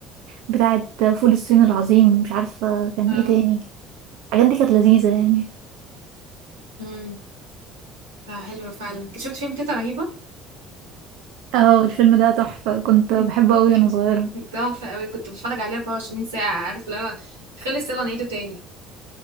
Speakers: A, on the right (about 60°); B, on the right (about 80°).
A: بتاعه فول الصين العظيم مش عارفه كان
B: آه،
A: ايه تاني الحاجات دي كانت لذيذه يعني
B: امم آه، حلوة فعلا شفت فيلم تيتا رهيبة
A: اه الفيلم ده تحفه كنت بحبه
B: <laughs>
A: قوي وانا صغيره
B: تحفة قوي كنت بتفرج عليه 24 ساعة عارف اللي هو خلص يلا نعيده تاني